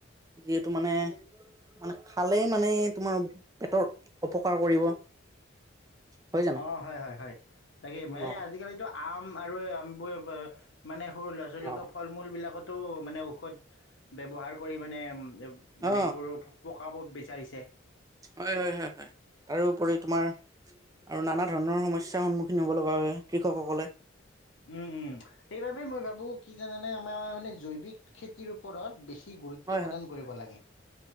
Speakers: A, on the right; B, on the left.
A: যিহেতু মানে মানে খালে মানে তোমাৰ পেটৰ অপকাৰ কৰিব হয় জানো
B: অ হয় হয় হয়, তাকে মানে
A: অ
B: আজিকালিতো আম <unintelligible> সৰু ল'ৰা ছোৱালী
A: অ
B: খুৱা ফল মূবিলাকত টো মানে ঔষধ ব্যৱহাৰ কৰি মানে
A: অ
B: মানে এইবোৰো কাবব বিচাৰিছে
A: হয় হয় হয় হয়, তাৰোপৰি তোমাৰ আৰু নানা ধৰণৰ সমস্যাৰ সন্মুখীন হ'ব লগা হয় কৃষকসকলে
B: উম উম সেইবাবেেই মই ভাবো কি কাৰানে আমাৰ মানে জৈৱিক খেতিৰ ওপৰত বেছি কি গুৰুত্ব
A: হয় হয়
B: প্ৰদান কৰিব লাগে।